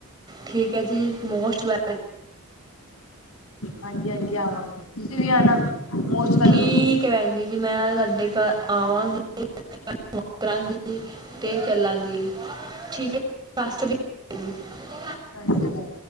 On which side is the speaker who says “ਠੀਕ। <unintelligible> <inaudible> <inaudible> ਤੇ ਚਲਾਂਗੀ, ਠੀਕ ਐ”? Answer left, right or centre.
Right